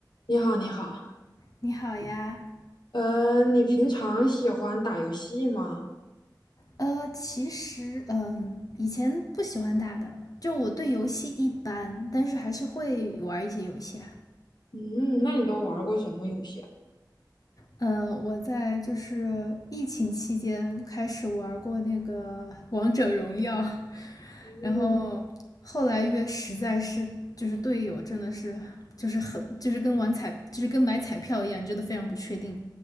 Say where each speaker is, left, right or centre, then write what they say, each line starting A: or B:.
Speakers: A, on the left (about 70°); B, on the left (about 50°).
A: 你好，你好，
B: 你好呀，
A: 呃，你平常喜欢打游戏吗？
B: 呃，其实，嗯，以前不喜欢打的，就我对游戏一般，但是还是会玩一些游戏啦。
A: 嗯，那你都玩过什么游戏啊？
B: 呃，我在就是疫情期间开始玩过那个王者荣耀，<laughs>
A: 嗯，
B: 然后后来越实在是就是队友真的是就是很就是跟玩彩就是跟买彩票一样，真的非常不确定，